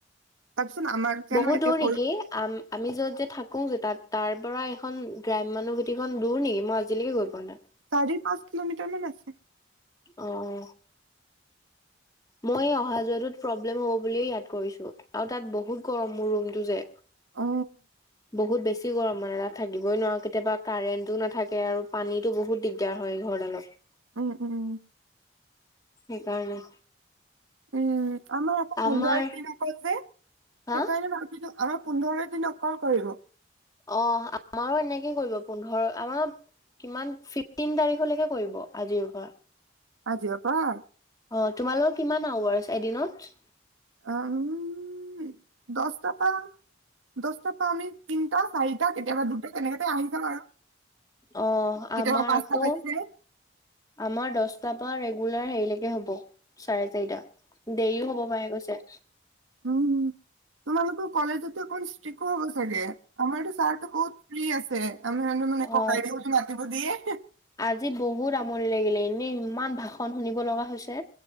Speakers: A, on the right; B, on the left.
A: তাৰপিছত আমাক জানো
B: বহুত
A: এতিয়া
B: দূৰ
A: পৰি-
B: নেকি? আম আমি যত যে থাকো যে তাত। তাৰ পৰা এখন গ্ৰাইম মানুহভূতিখন দূৰ নেকি? মই আজিলৈকে গৈ পোৱা নাই।
A: চাৰি পাঁচ কিলোমিটাৰ মান আছে।
B: অহ অহ। মই অহা যোৱাটোত প্ৰব্লেম হ'ব বুলিয়ে ইয়াত কৰিছো আৰু তাত বহুত গৰম মোৰ ৰুমটো যে।
A: অ।
B: বহুত বেছি গৰম মানে তাত থাকিবই নোৱাৰো কেতিয়াবা কাৰেণ্টো নাথাকে আৰু পানীতো বহুত দিগদাৰ হয়। হয় ঘৰদালত।
A: উম উম উম।
B: সেইকাৰণে।
A: উম', আমাৰ আকৌ পোন্ধৰ
B: আমাৰ
A: দিনাকৈ যে,
B: হা
A: সেইকাৰণে ভাবিলোঁ, অ', পোন্ধৰ দিন অকল কৰিব
B: অ আমাৰো এনেকে কৰিব পোন্ধৰ, আমাৰ কিমান ফিফটিন তাৰিখলৈকে কৰিব আজিৰ পৰা
A: আজিৰ পৰা
B: হয়', তোমালোক কিমান আৱাৰছ এদিনত?
A: উমমমম', দশটাৰ পৰা দশটাৰ পৰা আমি তিনটা চাৰিটা কেতিয়াবা দুটা তেনেকাতে আহি যায় আৰু
B: অ', আমাৰ
A: কেতিয়াবা পাঁচটা
B: আকৌ,
A: বাজি যায়
B: আমাৰ দশটাৰ পৰা ৰেগু ৰেগুলাৰ হেৰিলৈকে হব চাৰে চাৰিটা। দেৰিও হব পাৰে কৈছে
A: উম',। তোমালোকৰ কলেজতে অকন ষ্ট্ৰিকো হূব চাগে। আমাৰটো ছাৰটো বহুত ফ্ৰী আছে। আমি মানে মানে,
B: অ
A: ককাইদেউ বুলি মতিব দিয়ে হিঃ
B: আজি বহুত আমনি লাগিলে এনেই ইমান ভাষণ শুনিব লগা হৈছে।